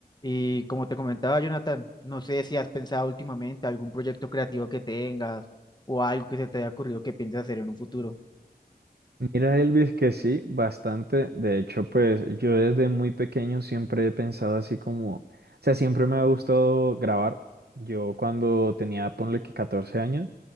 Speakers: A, on the left; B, on the right.
A: Y como te comentaba, Jonathan, no sé si has pensado últimamente algún proyecto creativo que tengas o algo que se te haya ocurrido que pienses hacer en un futuro.
B: Mira, Elvis, que sí, bastante. De hecho, pues yo desde muy pequeño siempre he pensado así como, o sea, siempre me ha gustado grabar. Yo cuando tenía, ponle que 14 años,